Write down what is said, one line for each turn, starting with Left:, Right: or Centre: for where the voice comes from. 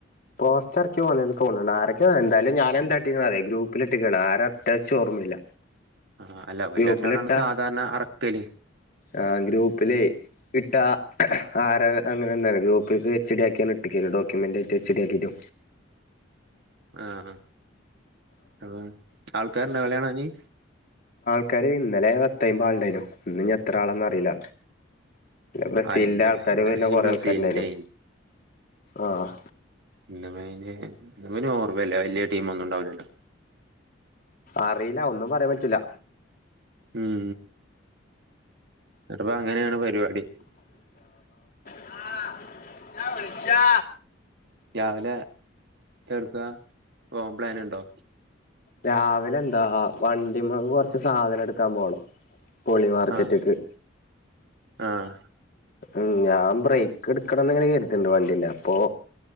Left: പോസ്റ്ററക്കിയത് ഓനെന്നു തോന്നണു ആരൊക്ക എന്തായാലും ഞാന് എന്താ ഇട്ടെന്ന് അറിയോ ഗ്രൂപ്പിലിട്ട <unintelligible> <unintelligible> ഓർമ്മയില്ല
Right: ആഹ് അല്ല ഓല്
Left: ഗ്രൂപ്പിലിട്ടാ
Right: രണ്ടാളാണ് സാധാരണ അറക്കല്
Left: ആ ഗ്രൂപ്പിലേ ഇട്ട ആര അങ്ങനെ എന്താണ് ഗ്രൂപ്പിക്ക് എച്ച് ഡി ആക്കിയന്ന് ഇട്ട്ക്ക് ഡോക്യുമെന്റ് ആയിട്ട് എച്. ഡി ആക്കീട്ട്
Right: ആഹ് അ ആൾക്കാരുണ്ടോ കളി കാണാന്
Left: ആൾക്കാര് ഇന്നലെ പത്തു അയ്ൻപത് ആളുണ്ടയിനു ഇന്ന് ഇനി എത്ര ആളാന്ന് അറിയില്ല ബ്രസീലിന്റെ
Right: ആഹ് ഇന്നലെ
Left: ആൾക്കാാര്
Right: ഇന്നലെ
Left: പിന്നെ
Right: ഈ
Left: കൊറെേ
Right: ബ്രസീലിന്റെ
Left: ആൾക്കാരണ്ടായാലും ആഹ്
Right: ഇന് ഇന് ഓർമ്മല്ലേ വല്യ ടീം ഒന്നും ഉണ്ടാവുലല്ലോ
Left: അറിയില്ല ഒന്നും പറയാൻ പറ്റൂല്ല
Right: ഉം എന്നിട്ടിപ്പൊ അങ്ങനെയാണ് പരിപാടി
Left: ആഹ് ഞാ വിളിച്ചാ
Right: രാവിലെ എവിടുക്കാ പോവാൻ പ്ലാനുണ്ടോ
Left: രാവിലെ എന്താ വണ്ടിമ്മക്ക് കൊറച്ച് സാധനം എടുക്കാൻ പോണം പോളി മാർക്കറ്റക്ക്
Right: ആഹ് ആഹ്
Left: ഉം ഞാൻ ബ്രേക്ക് എടുക്കണംന്ന് ഇങ്ങനെ കരുതിണ്ട് വണ്ടീന്റെ അപ്പൊ